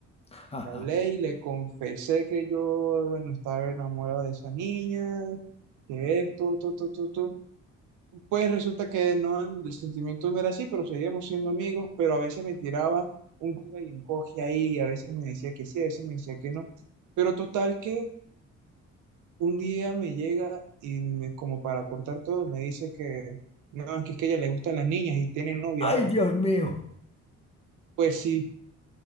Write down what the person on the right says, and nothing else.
Le hablé y le confesé que yo, bueno, estaba enamorado de esa niña, que esto, todo, todo, todo, todo. Pues resulta que no, el sentimiento no era así, pero seguíamos siendo amigos, pero a veces me tiraba un tiro y encoge ahí, a veces me decía que sí, a veces me decía que no. Pero total que un día me llega y me- como para cortar todo, me dice que no, es que es que a ella le gustan las niñas y tiene novia
ahora.
Pues sí.